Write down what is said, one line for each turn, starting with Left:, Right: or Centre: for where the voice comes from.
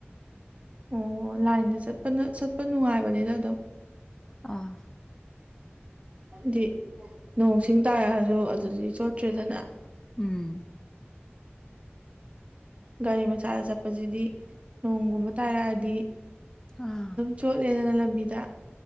Right: ꯑꯣ ꯂꯥꯏꯟꯗ ꯆꯠꯄꯅ ꯆꯠꯄ ꯅꯨꯡꯉꯥꯏꯕꯅꯤꯅ ꯑꯗꯨꯝ꯫
Left: ꯑꯥ
Right: ꯗꯤ ꯅꯣꯡꯁꯤꯡ ꯇꯥꯔꯛꯑꯁꯨ ꯑꯗꯨꯗꯤ ꯆꯣꯠꯇ꯭ꯔꯦꯗꯥꯅ
Left: ꯎꯝ
Right: ꯒꯥꯔꯤ ꯃꯆꯥꯗ ꯆꯠꯄꯁꯤꯗꯤ ꯅꯣꯡꯒꯨꯝꯕ ꯇꯥꯔꯛ ꯑꯗꯤ
Left: ꯑꯥ
Right: ꯆꯣꯠꯂꯦꯗꯅ ꯂꯝꯕꯤꯗ